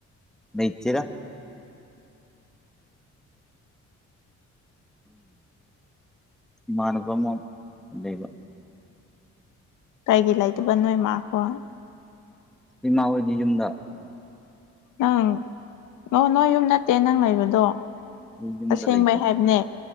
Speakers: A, in the centre; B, on the left.
A: ꯃꯩꯆꯔ ꯃꯥꯅꯄꯃ ꯂꯩꯕ
B: ꯀꯩꯒꯤ ꯂꯩꯇꯕ ꯅꯣꯏ ꯃꯥꯈꯣ
A: ꯏꯃꯥ ꯍꯣꯏꯒꯤ ꯌꯨꯝꯗ
B: ꯅꯪ ꯅ ꯅꯣꯏ ꯌꯨꯝ ꯅꯠꯇꯦ ꯅꯪ ꯂꯩꯕꯗꯣ
A: ꯑꯩ ꯌꯨꯝꯗ
B: ꯑꯁꯦꯡꯕꯩ
A: ꯂꯩꯇꯕ
B: ꯍꯥꯏꯕꯅꯦ